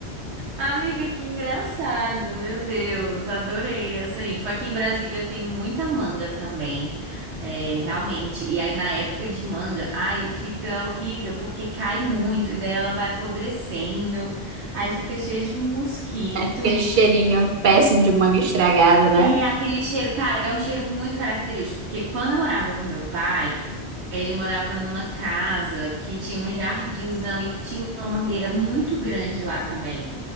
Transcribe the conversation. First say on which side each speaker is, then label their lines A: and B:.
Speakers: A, on the right; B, on the right.
A: Amiga, que engraçado, meu Deus, adorei essa info. Aqui em Brasília tem muita manga também, é, realmente. E aí na época de manga, ai, fica horrível porque cai muito e daí ela vai apodrecendo, aí fica cheia de mosquito.
B: É aquele cheirinho péssimo de manga estragada, né?
A: É, aquele cheiro, cara, é um cheiro muito característico, porque quando eu morava com meu pai, ele morava numa casa que tinha um jardinzão e tinha uma mangueira muito grande lá também.